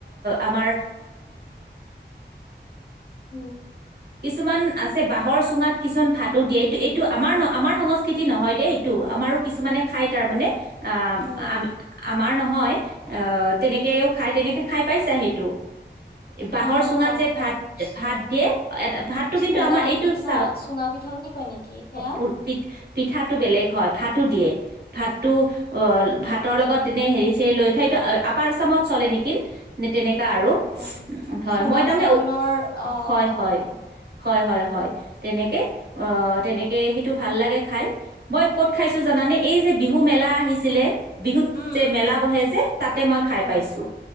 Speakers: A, on the right (about 60°); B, on the left (about 55°).
A: আমা
B: উম,
A: কিছুমান আছে বাঁহৰ চুঙাত কিছুমান ভাতো দিয়ে এইটো এইটো আমাৰ ন আমাৰ সংস্কৃতি নহয় দেই এইটো আমাৰ আৰু কিছুমানে খাই তাৰমানে আ
B: উম, উম।
A: আমি আমাৰ নহয় অ তেনেকেও তাই তেনেকে খাই পাইছা সেইটো, বাহৰ
B: অ',
A: চুঙাত
B: বাঁহৰ
A: যে ভাত,
B: চুঙা।
A: ভাত দিয়ে। ভাতটো কিন্তু
B: চুঙা
A: আমাৰ এইটো
B: পিঠা,
A: চাউল,
B: চুঙা পিঠা বুলি কয় নেকি সেয়া?
A: অ, পিত পিঠাটো বেলেগ হয়, ভাতো দিয়ে, ভাতটো অ, ভাতৰ লগত এনে হেৰি, চেৰী লৈ সেইটো আপাৰ আছামত চলে নেকি। নে তেনেকা আৰু
B: অ', অ'।
A: হয়
B: চুঙা
A: মই তাৰমানে
B: চাউলৰ
A: ঔ
B: অ',
A: হয়
B: অ',
A: হয়
B: অ'।
A: হয় হয় হয়, তেনেকে অ, তেনেকে সেইটো ভাল লাগে খাই, মই ক'ত খাইছো জানানে, এই যে বিহু মেলা আহিছিলে বিহুত
B: উম,
A: যে
B: উম,
A: মেলা বহে যে তাতে মই খাই
B: উম,
A: পাইছো